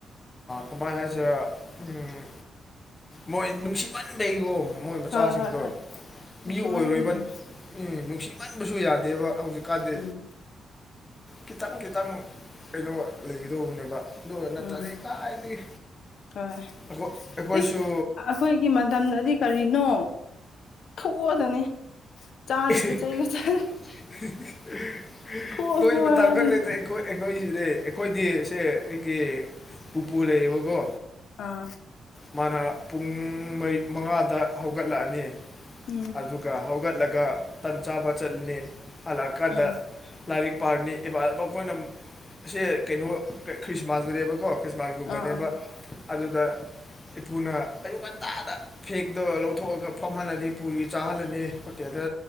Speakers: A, on the left; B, on the left.
A: ꯀꯃꯥꯏ ꯍꯥꯏꯁꯤꯔꯥ ꯎꯝ ꯃꯣꯏ ꯅꯨꯡꯁꯤꯍꯟꯕꯩꯉꯣ ꯃꯣꯏ ꯃꯆꯥꯁꯤꯡꯗꯣ꯫
B: ꯍꯣꯏ ꯍꯣꯏ ꯍꯣꯏ ꯅꯨꯡꯁꯤꯃꯟꯕꯒꯤꯅꯤ
A: ꯃꯤ ꯑꯣꯏꯔꯣꯏꯕ ꯅꯨꯡꯁꯤꯃꯟꯕꯁꯨ ꯌꯥꯗꯦꯕ ꯍꯧꯖꯤꯛꯀꯥꯟꯗꯤ꯫
B: ꯎꯝ
A: ꯈꯤꯇꯪ ꯈꯤꯇꯪ ꯀꯩꯅꯣ ꯂꯩꯒꯗꯧꯕꯅꯦꯕ ꯑꯗꯨꯔ ꯅꯠꯇ꯭ꯔꯗꯤ
B: ꯎꯝ
A: ꯀꯥꯏꯗꯒꯤ꯫
B: ꯍꯣꯏ
A: <unintelligible> ꯑꯩꯈꯣꯏꯁꯨ
B: ꯏꯁ ꯑꯩꯈꯣꯏꯒꯤ ꯃꯇꯝꯗꯗꯤ ꯀꯔꯤꯅꯣ ꯐꯨꯑꯣꯗꯅꯤ꯫ ꯆꯥꯔꯤꯕ
A: <unintelligible>
B: ꯆꯩꯒ ꯐꯨꯑꯣ
A: ꯅꯣꯏ
B: ꯐꯨꯑꯣ
A: ꯃꯇꯥ
B: ꯍꯥꯏꯕꯅꯤ
A: ꯈꯛ ꯂꯩꯇ ꯑꯈꯣꯏ ꯑꯩꯈꯣꯏ ꯁꯤꯗꯤ ꯑꯩꯈꯣꯏꯗꯤ ꯁꯦ ꯑꯩꯒꯤ ꯄꯨꯄꯨ ꯂꯩꯌꯦꯕꯀꯣ꯫
B: ꯑꯥ
A: ꯃꯥꯅ ꯄꯨꯡ ꯃꯔꯤ ꯃꯉꯥꯗ ꯍꯧꯒꯠꯂꯛꯑꯅꯤ
B: ꯎꯝ
A: ꯑꯗꯨꯒ ꯍꯧꯒꯠꯂꯒ ꯇꯟ ꯆꯥꯕ ꯆꯠꯂꯤꯅꯤ ꯍꯜꯂꯛꯑꯀꯥꯟꯗ
B: ꯎꯝ
A: ꯂꯥꯏꯔꯤꯛ ꯄꯥꯔꯅꯤ ꯏ ꯑꯩꯈꯣꯏꯅ ꯁꯦ ꯀꯩꯅꯣ ꯈ꯭ꯔꯤꯁꯃꯥꯁꯇꯅꯦꯕꯀꯣ꯫ ꯈ꯭ꯔꯤꯁꯃꯥꯁꯀꯨꯝꯕꯅꯦꯕ
B: ꯑꯥ ꯑꯥ
A: ꯑꯗꯨꯗ ꯏꯄꯨꯅ ꯑꯌꯨꯛ ꯉꯟꯇꯥꯗ ꯐꯦꯛꯇꯣ ꯂꯧꯊꯣꯛꯑꯒ ꯐꯝꯍꯜꯂꯅꯤ ꯄꯨꯔꯤ ꯆꯥꯍꯜꯂꯅꯤ ꯍꯣꯇꯦꯜꯗ